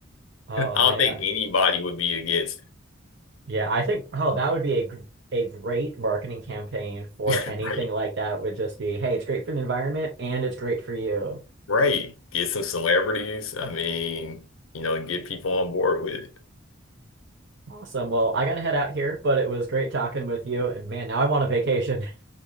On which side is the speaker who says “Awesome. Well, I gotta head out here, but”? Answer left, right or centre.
Right